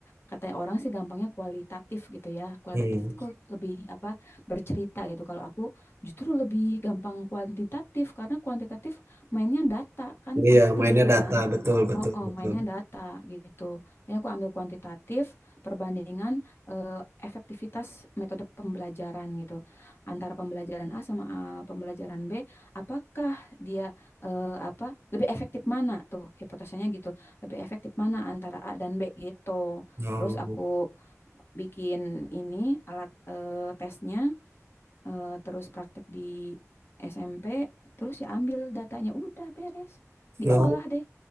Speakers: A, on the left; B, on the right.
A: Katanya orang sih gampangnya kualitatif gitu ya. Kualitatif
B: Hmm.
A: itu lebih apa bercerita gitu. Kalau aku justru lebih gampang kuantitatif karena kuantitatif mainnya data kan
B: Iya,
A: pasti
B: mainnya
A: gitu kan.
B: data betul betul
A: Oh, oh,
B: betul.
A: mainnya data gitu. Makanya aku ambil kuantitatif perbandingan eh, efektivitas metode pembelajaran gitu. Antara pembelajaran A sama eh, pembelajaran B, apakah dia eh, apa lebih efektif mana tuh hipotesanya gitu. Lebih efektif mana antara A dan B gitu.
B: No,
A: Terus aku bikin ini alat eh, tesnya eh, terus praktek di SMP, terus ya ambil datanya udah beres. Diolah
B: no,
A: deh.